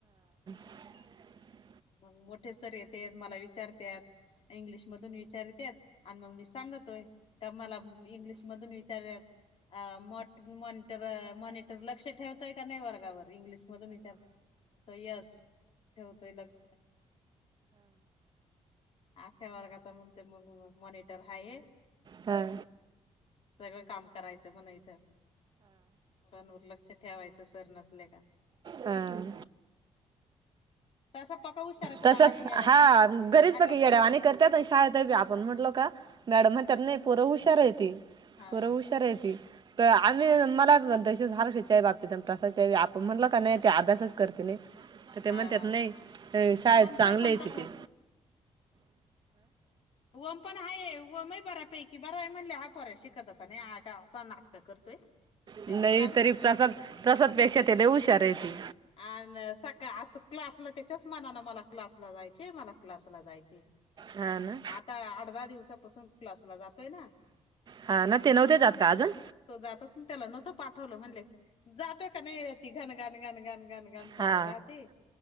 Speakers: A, on the right; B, on the left.
A: <inaudible>
B: हा मग मोठे सर येतेत मला विचारत्यात इंग्लिश मधून विचारतात. आणि मग मी सांगतोय का मला इंग्लिश मधून विचारत्यात. अ मॉ मॉनिटर मॉनिटर लक्ष ठेवतोय का नाही वर्गावर इंग्लिशमधून विचार यस ठेवतोय लक्ष. अख्या वर्गाचा म्हणतोय मग मॉनिटर हाये.
A: हां
B: सगळं काम करायचं म्हण इथ मुलांवरी लक्ष ठेवायचं सर नसल्या
A: हां
B: तसा पका हुशार आहे पण
A: तसंच
B: आग येड्या
A: हा घरीच
B: आगावपणा
A: बघ येड्यावानी
B: करायला
A: करतात आणि शाळेत बी आपण म्हटलं का? मॅडम म्हणत्यात नाही पोरं हुशार आहेती
B: हा
A: पोरं हुशा र हायेती त आम्ही मला तशीच हर्षच्या बाबतीत <unintelligible> ते आपण म्हणलं का नाही ते अभ्यासच करते नाही तर ते
B: हा
A: म्हणत्यात
B: हा
A: नाही अ,
B: आणि
A: शाळेत
B: ओमच
A: चांगले
B: पण
A: आहे
B: तसच
A: तिथे.
B: ओम पण हाये ओमही बऱ्या पैकी बरा आहे म्हणले हा पोऱ्या शिकत होता नाही हा का हा नाटकं करतोय त्याची
A: नाही
B: चाल
A: तरी प्रसाद प्रसादपेक्षा ते लय हुशार आहेती.
B: आन सकाळ आता क्लासला त्यांच्याच मनानं मला क्लासला जायचे मला क्लासला जायचे.
A: हा ना
B: आता आठ दहा दिवसापासून क्लासला जातोय ना
A: हा ना ते नव्हते जात का अजून
B: तो जातच ना त्याला नव्हतं पाठवलं म्हणले जातोय का नाही याची घन, घन, घन, घन, घन व्याम चालू
A: हा
B: राहती